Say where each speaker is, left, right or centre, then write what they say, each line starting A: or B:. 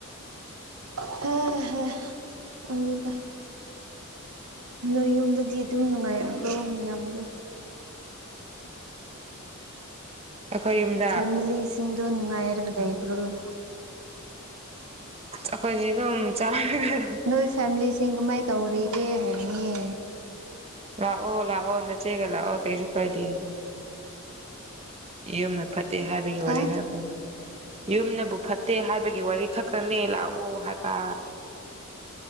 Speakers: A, on the right (about 85°); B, on the right (about 30°).
A: ꯍ ꯑꯗꯨꯗ ꯅꯣꯏ ꯌꯨꯝꯗꯗꯤ ꯑꯗꯨꯝ ꯅꯨꯡꯉꯥꯏꯔꯕ꯭ꯔꯣ ꯃꯤꯌꯥꯝꯗꯣ
B: ꯑꯩꯈꯣꯏ ꯌꯨꯝꯗ
A: ꯐꯦꯃꯤꯂꯤꯁꯤꯡꯗꯣ ꯅꯨꯡꯉꯥꯏꯔꯒ ꯂꯩꯕ꯭ꯔꯣ ꯎ
B: ꯑꯩꯈꯣꯏꯁꯤ ꯑꯗꯨꯝ ꯆꯥꯔꯒ
A: ꯅꯣꯏ ꯐꯦꯃꯤꯂꯤꯁꯤꯡ ꯀꯃꯥꯏ ꯇꯧꯔꯤꯒꯦ ꯍꯥꯏꯕꯅꯦ
B: ꯂꯥꯛꯑꯣ ꯂꯥꯛꯑꯣ ꯅꯆꯦꯒ ꯂꯥꯛꯑꯣ ꯀꯩꯁꯨ ꯀꯥꯏꯗꯦ ꯌꯨꯝꯅ ꯐꯠꯇꯦ ꯍꯥꯏꯕꯒꯤ ꯋꯥꯔꯤ
A: ꯍꯥ
B: ꯈꯔ ꯌꯨꯝꯅꯕꯨ ꯐꯠꯇꯦ ꯍꯥꯏꯕꯒꯤ ꯋꯥꯔꯤ ꯈꯛꯇꯪꯅꯦ ꯂꯥꯛꯑꯣ ꯍꯥꯏꯕ